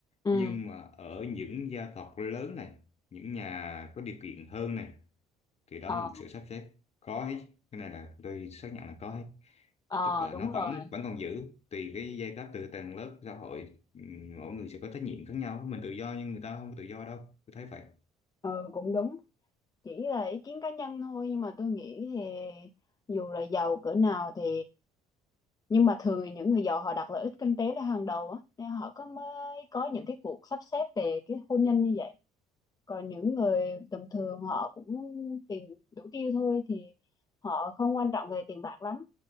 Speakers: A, on the left; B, on the left.
A: ừ
B: nhưng mà ở những gia tộc lớn này những nhà có điều kiện hơn này thì đó
A: ờ
B: là một sự sắp xếp có hết cái này là tôi xác nhận là có hết
A: ờ
B: tức là
A: đúng
B: nó vẫn
A: rồi
B: vẫn còn giữ tùy cái giai cấp từ tầng lớp xã hội ừm, mỗi người sẽ có trách nhiệm khác nhau mình tự do nhưng người ta không tự do đâu tôi thấy vậy
A: Ừ cũng đúng chỉ là ý kiến cá nhân thôi nhưng mà tôi nghĩ thì dù là giàu cỡ nào thì nhưng mà thường thì những người giàu họ đặt lợi ích kinh tế lên hàng đầu á nên họ có mới có những cái cuộc sắp xếp về cái hôn nhân như vậy còn những người tầm thường họ cũng tiền đủ tiêu thôi thì họ không quan trọng về tiền bạc lắm